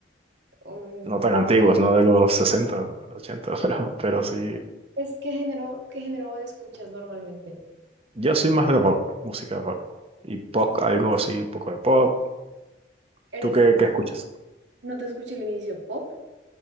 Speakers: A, on the right; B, on the right.
A: um,
B: No tan antiguos, no de los 60 o 80, <laughs> pero, pero sí.
A: pues, ¿qué género, qué género escuchas normalmente?
B: Yo soy más de rock, música rock. Y pop, algo así, un poco de pop.
A: ¿Eres,
B: ¿Tú qué, qué escuchas?
A: no te escuché el inicio, pop?